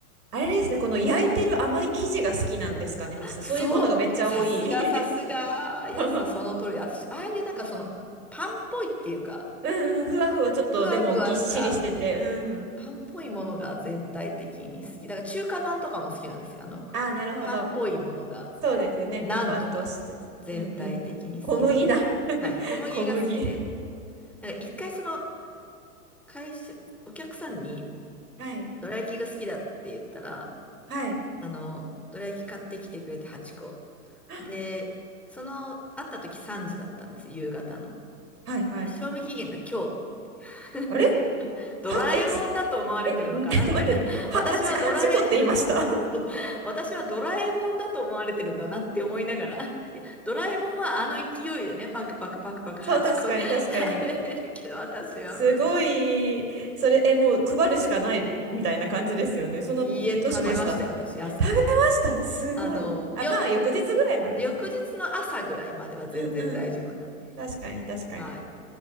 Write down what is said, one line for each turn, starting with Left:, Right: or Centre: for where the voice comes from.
Right: あれですね、この焼いてる甘い生地が好きなんですかね、ミキさん。
Centre: そう。
Right: そういうものがめっちゃ多い。
Centre: さすが、さすが。いやさん、
Right: <laughs> そう
Centre: その通り。私、ああいうなんかその、パンっぽいっていうか、
Right: うんうん、ふわふわ、ちょっとでもぎっしりしてて、
Centre: ふわふわした、
Right: うん。
Centre: パンっぽいものが全体的に好き。だから中華まんとかも好きなんですよ。あの、ふパンっぽいものが、
Right: あー、なるほど。そうですよね、
Centre: なんとか、
Right: ふわっとしつつ。
Centre: 全体的に好きなんです。
Right: うんうん。こ小麦だ。<laughs>
Centre: はい。小麦が好きで。
Right: 小麦。
Centre: なんか一回その、会社、お客さんに、
Right: はい。
Centre: どら焼きが好きだって言ったら、
Right: はい。
Centre: あの、どら焼き買ってきてくれて8個。
Right: <gasps>
Centre: で、その、会った時3時だったんです、夕方の。
Right: はいはい。
Centre: で、賞味期限が今日。
Right: あれ
Centre: <laughs> で、ドラえもんだと思われてるのかなみたいな。
Right: は、え、すえ、ん <laughs> 待って、は、
Centre: 私はドラえ、
Right: 8、八個って言いました
Centre: <laughs> 私はドラえもんだと思われてるんだなって思いながら。いや、ドラえもんはあの勢いでね、パクパクパクパク8個
Right: <laughs> そう、確かに確かに。
Centre: <laughs> 食べれるけど、私は無理。
Right: すごい、それ、え、もう配るしかないみたいな感じですよね。その、
Centre: いいえ、
Right: え、どうしました
Centre: 食べましたよ、私。あ
Right: 食べましたすごい。
Centre: あの、
Right: あ、
Centre: よ
Right: まあ、翌日ぐらいまでね。
Centre: 翌日の朝ぐらいまでは全然大丈夫なんで。
Right: うんうん。確かに確かに。
Centre: はい。